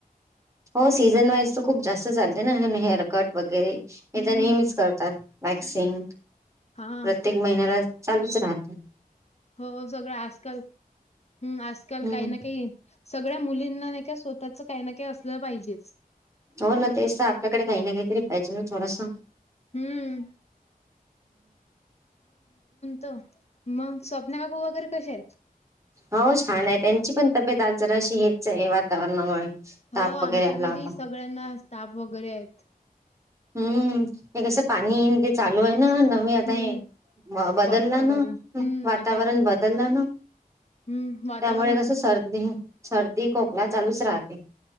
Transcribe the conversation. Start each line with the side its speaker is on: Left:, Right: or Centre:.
Right: हो सीझन वाईज तर खूप जास्त चालते ना हेअरकट वगैरे हे
Left: हं.
Right: तर नेहमीच करतात वॅक्सिन प्रत्येक
Left: हां.
Right: महिन्याला चालूच राहते
Left: हो सगळं आजकाल हम् आजकाल
Right: हम्म
Left: काही ना काही सगळ सगळ्या मुलींना नाही का स्वतःच काही ना काही असलं पाहिजेच
Right: हो ना तेच तर आपल्याकडे काही ना काहीतरी पाहिजे थोडस.
Left: हम्म त मग स्वप्ना काकु वगैरे कसे आहेत
Right: हो छान आहे त्यांची पण तब्येत आजार अशी हेच आहे वातावरणामुळे
Left: हो
Right: ताप
Left: आमच्या
Right: वगैरे आला
Left: घरी
Right: होता.
Left: सगळ्यांना स्टाफ वगैरे आहेत
Right: हम्म हे कसं पाणी ये ते चालू आहे हे ना नवी आता
Left: हं,
Right: हे बदलला
Left: वातावरण
Right: ना
Left: हं,
Right: वातावरण
Left: बदल
Right: बदललं ना
Left: हं, वातावरण
Right: त्यामुळे कस
Left: बदल.
Right: सर्दी सर्दी खोकला चालूच राहते